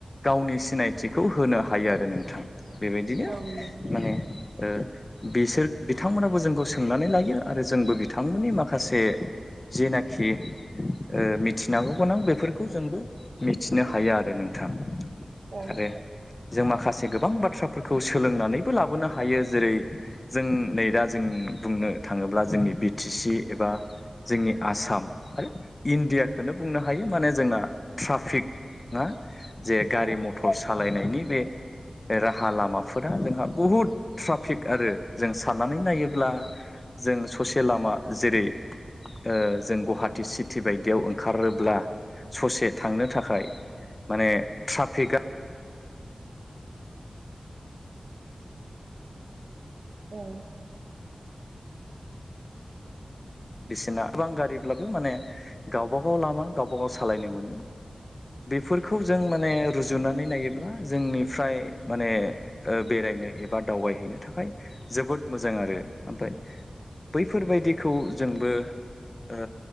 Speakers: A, on the left; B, on the right.
A: गावनि सिनायथिखौ होनो हायो आरो नोंथां । बेबायदिनो
B: औ नंगौ
A: माने
B: औ
A: ओ बिसोर बिथांमोनाबो जोंखौ सोंनानै लायो आरो जोंबो बिथांमोननि मा खासे जेनाखि ओ मिथिनांगौ गोनां बेफोरखौ जोंबो मिथिनो हायो आरो नों थां ।
B: औ
A: आरो जों माखासे गोबां बाथ्राफोर खौ सोलोंनानैबो लाबोनो हायो जेरै जों नै दा जोंनि बुंनो थाङोब्ला जोंनि बि टि सि एबा जोंनि आसाम आरो इण्डियाखोनो बुंनो हायो माने जोंना ट्राफिक ना जे गारि
B: औ
A: मथर सालायनायनि बे राहा लामाफोरा जोंहा बुहुद ट्राफिक आरो जों साननानै नायोब्ला जों ससे लामा जेरै ओ जों गुवाहाटि सिटि बाय दियाव ओंखारोब्ला ससे थांनो थाखाय माने ट्राफिकआ
B: औ
A: बिसिना गोबां गारिब्लाबो माने गावबा गाव लामा गावबा गाव सालायनो मोनो। बेफोरखौ जों माने रुजुनानै नायोब्ला जोंनिफ्राय माने ओ बेराय नो एबा दावबायहैनो थाखाय जोबोद मोजां आरो ओमफाय बैफोरबायदिखौ जोंबो ओ